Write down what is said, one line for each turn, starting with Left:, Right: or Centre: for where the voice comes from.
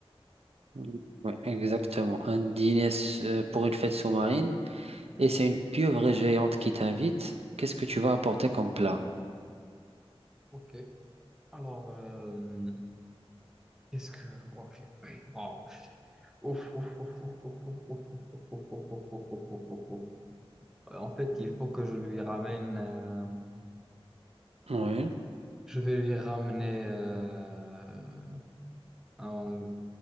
Right: Oui, exactement. Un dîner euh, pour une fête sous-marine et c'est une pieuvre géante qui t'invite. Qu'est-ce que tu vas apporter comme plat?
Centre: Ok. Alors, euh, qu'est-ce que... Ok. <clears throat> Wow. Ouf, ouf, ouf, ouf, ouf, ouf, ouf, ouf, ouf, ouf, ouf, ouf, ouf, ouf, ouf, ouf. En fait, il faut que je lui ramène... euh,
Right: Oui,
Centre: je vais lui ramener euh, un,